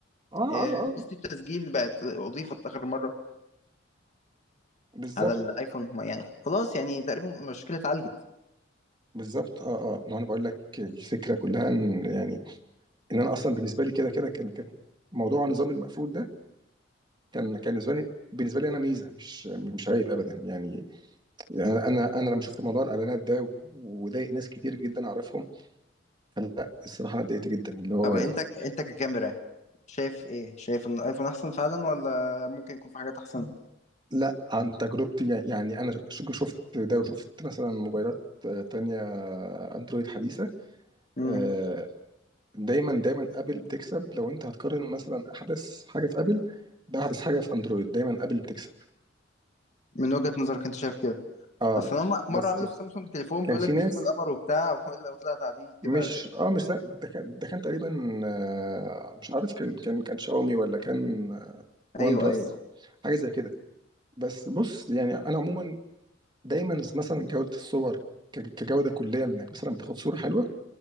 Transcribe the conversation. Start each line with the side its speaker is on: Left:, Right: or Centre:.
Right: اه
Left: آه،
Right: اه اه
Left: ميزه التسجيل بقت اضيفت اخر مره
Right: بالظبط
Left: على الايفون ما- يعني خلاص يعني تقريبا المشكله اتعالجت
Right: بالظبط اه اه ما انا بقول لك الفكره كلها ان يعني ان انا اصلا بالنسبه لي كده كده كان كان موضوع النظام المقفول ده كان كان بالنسبه لي بالنسبه لي انا ميزه مش مش عيب ابدا يعني يعني انا انا لما شفت موضوع الاعلانات ده وضايق ناس كتير جدا اعرفهم فلا الصراحه انا اتضايقت جدا اللي هو
Left: طب
Right: يعني
Left: انت انت ككاميرا شايف ايه شايف ان الايفون احسن فعلا ولا ممكن يكون في حاجات احسن
Right: لا عن تجربتي يعني انا ش- شفت ده وشفت مثلا موبايلات آه، تانية اندرويد حديثه
Left: مم.
Right: آه، دايما دايما ابل بتكسب لو انت هتقارن مثلا احدث حاجه في ابل باحدث حاجه في اندرويد دايما ابل بتكسب
Left: من وجهه نظرك انت شايف كده
Right: اه
Left: اصل هم
Right: بس
Left: مره عملوا في سامسونج تليفون
Right: كان
Left: بيقول
Right: في
Left: لك
Right: ناس
Left: بيجيب القمر وبتاع ولا طلع تعديل
Right: مش
Left: كده
Right: آه مش سا- ده كان ده كان تقريبا آه، مش عارف كان كان كان شاومي ولا كان آه، وان
Left: ايوه
Right: بلس
Left: ايوه
Right: حاجة زي كده بس بص يعني أنا عموما دايما مثلا جودة الصور ك- كجودة كلية انك مثلا بتاخد صورة حلوة